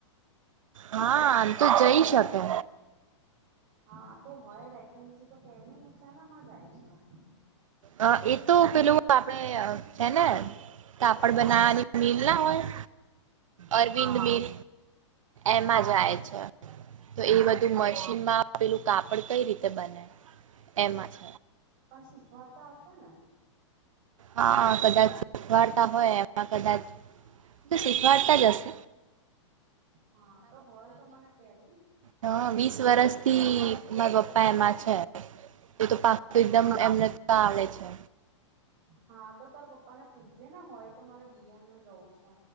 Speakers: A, on the right; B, on the right.
A: હા આમ તો જઈ શકે.
B: હા તો હોય વેકેન્સી તો કેજો ને. શેનામાં જાય છે?
A: અ, એ તો પેલું આપડે છે ને કાપડ બનાવાની મિલ ના હોય,
B: હા
A: અરવિંદ મિલ.
B: હા
A: એમાં
B: હા
A: જાય છે. તો એ બધું મશીનમાં આપેલું કાપડ કઈ રીતે બને? એમાં જ.
B: શીખવા તો આવશે ને?
A: હા કદાચ શીખવાડતા હોય એમાં કદાચ શી વાર્તા જશે?
B: હા તો હોય તો મને કેજો ને.
A: હા વીસ વરષ થી મારા પપ્પા એમાં છે. એ તો પાક તો એકદમ
B: હા
A: એમને ક આવેે છે.
B: હા તો તારા પપ્પા ને પૂછજે ને હોય તો મારે દિયને જવું છે.